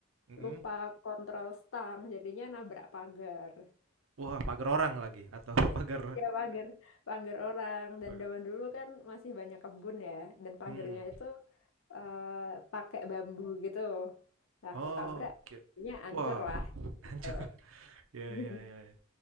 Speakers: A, on the right (about 85°); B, on the left (about 75°).
A: Mhm.
B: lupa kontrol stang, jadinya nabrak pagar. <laughs>
A: Wah, pagar orang lagi atau <laughs> pagar
B: Ya pagar, pagar orang. Dan
A: Pagar.
B: zaman dulu kan masih banyak kebun ya, dan pagarnya
A: mhm.
B: itu eh, pakai bambu gitu. Nah,
A: Oh,
B: aku tabrak,
A: oke.
B: nya hancur
A: Wah,
B: lah
A: <laughs>
B: gitu.
A: hancur. Ya
B: <laughs>
A: ya ya ya.